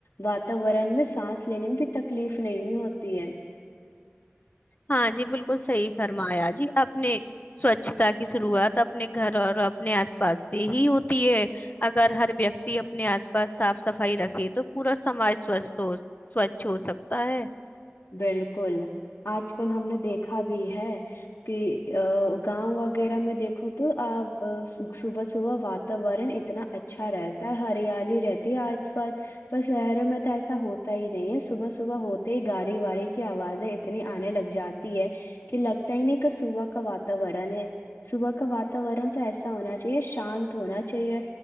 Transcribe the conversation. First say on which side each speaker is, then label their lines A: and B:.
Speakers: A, on the left; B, on the left.
A: وااتورن میں سانس لینے میں بھی تکلیف نہیں ہوتی ہے
B: ہاں جی بالکل صحی فرمایا جی اپنے سوچھ تہ شروعات اپنے گھر اور ا اپنے آس پاس سے ہی ہوتی ہے اگر ہر ویکتی اپنے آس پاس صاف صفائی رکھے تو پورا سماج سوچھ سوچھ ہو سکتا ہے
A: بالکل آج کل ہم نے دیکھا بھی ہے کہ گاؤں وغیرہ میں دیکھو تو آ صبح صبح واتاورن اتنا اچھا رہتا ہے ہریالی رہتی ہے آج پس شہروں میں تو ایسا ہوتا ہی نہیں ہے صبح صبح ہوتے ہی گاڑی واڑی کی آوازیں اتنی آنے لگ جاتی ہے کہ لگتا ہی نہیں کہ صبح کا واتورن ہے صبح کا واتاورن تو ایسا ہونا چاہیے شانت ہونا چاہیے